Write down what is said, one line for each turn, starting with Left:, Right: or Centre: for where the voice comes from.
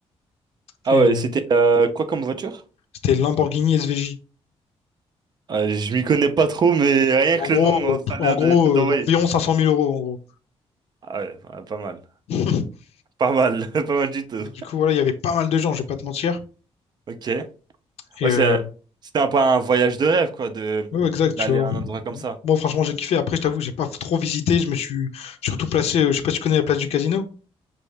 Right: Ah
Left: Et
Right: ouais,
Left: euh,
Right: c'était euh, quoi comme voiture?
Left: c'était Lamborghini SVJ.
Right: Euh, je m'y connais pas trop, mais rien
Left: En
Right: que
Left: gros,
Right: le nom,
Left: euh,
Right: euh, ça a l'air
Left: en gros,
Right: de- d'envoyer.
Left: euh, environ 500 000 euros en gros.
Right: Ah ouais, ouais, pas mal.
Left: <laughs>
Right: Pas mal, <laughs> pas mal du tout.
Left: Et du coup, voilà, il y avait pas mal de gens, je vais pas te mentir.
Right: Ok.
Left: Et
Right: Ouais, c'est-
Left: euh,
Right: c'était un peu un voyage de rêve, quoi, de
Left: Ouais, exact,
Right: d'aller
Left: tu vois.
Right: à un endroit comme ça.
Left: Bon, franchement, j'ai kiffé. Après, je t'avoue, j'ai pas trop visité. Je me suis surtout placé. euh, Je sais pas si tu connais la place du casino.